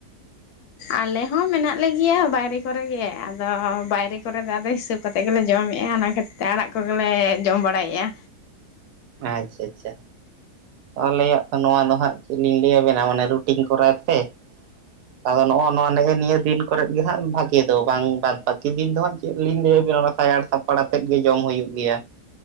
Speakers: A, on the left (about 75°); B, on the right (about 75°).
A: ᱟᱞᱮ ᱦᱚᱸ ᱢᱮᱱᱟᱜ ᱞᱮᱜᱮᱭᱟ ᱵᱟᱭᱨᱮ ᱠᱚᱨᱮᱜᱮ, ᱟᱫᱚ ᱵᱟᱭᱨᱮ ᱠᱚᱨᱮ ᱫᱚ ᱟᱫᱚ ᱦᱤᱥᱟᱹᱵᱽ ᱠᱟᱛᱮ ᱜᱮᱞᱮ ᱡᱚᱢᱮᱜ-ᱟ ᱚᱱᱟ ᱠᱷᱟᱹᱛᱤᱨ ᱛᱮ ᱟᱲᱟᱜ ᱠᱚᱜᱮᱞᱮ ᱡᱚᱢ ᱵᱟᱲᱟᱭᱮᱜ-ᱟ᱾
B: ᱟᱪᱪᱷᱟ ᱟᱪᱪᱷᱟ, ᱟᱞᱮᱭᱟᱜ ᱛᱚ ᱱᱚᱜ-ᱚᱭ ᱱᱚᱣᱟ ᱦᱟᱸᱜ ᱪᱮᱫ ᱞᱤᱧ ᱞᱟᱹᱭ ᱟᱵᱮᱱᱟ ᱢᱟᱱᱮ ᱨᱩᱴᱤᱱ ᱠᱚᱨᱟᱣ ᱛᱮ ᱟᱫᱚ ᱱᱚᱜ-ᱚ ᱱᱚᱣᱟ ᱱᱮᱜ ᱱᱤᱭᱟᱹ ᱫᱤᱱ ᱠᱚᱨᱮᱫ ᱜᱮ ᱦᱟᱸᱜ ᱵᱷᱟᱜᱤ ᱫᱚ, ᱵᱟᱝ ᱵᱟᱫ ᱵᱟᱠᱤ ᱫᱤᱱ ᱫᱚ ᱦᱟᱸᱜ ᱪᱮᱫ ᱞᱤᱧ ᱞᱟᱹᱭᱟᱵᱮᱱᱟ ᱚᱱᱟ ᱥᱟᱭᱟᱲ ᱥᱟᱯᱟᱲ ᱟᱛᱮᱫ ᱜᱮ ᱡᱚᱢ ᱦᱩᱭᱩᱜ ᱜᱮᱭᱟ᱾